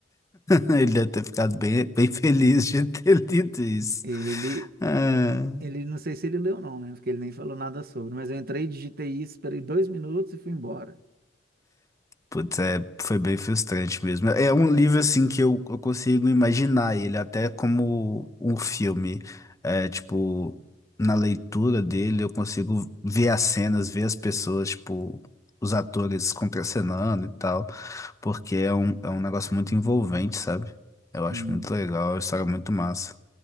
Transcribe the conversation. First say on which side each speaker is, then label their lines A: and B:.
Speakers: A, on the left; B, on the right.
A: Ele deve ter ficado bem, bem feliz de ter <laughs> lido isso.
B: Ele,
A: Ah.
B: ele, não sei se ele leu ou não, né? Porque ele nem falou nada sobre. Mas eu entrei, digitei isso, esperei dois minutos e fui embora.
A: Putz, é, foi bem frustrante mesmo. É um livro assim que eu, eu consigo imaginar ele até como um filme. É, tipo, na leitura dele eu consigo ver as cenas, ver as pessoas, tipo, os atores contracenando e tal, porque é um, é um negócio muito envolvente, sabe? Eu
B: Sim.
A: acho muito legal, é uma história é muito massa.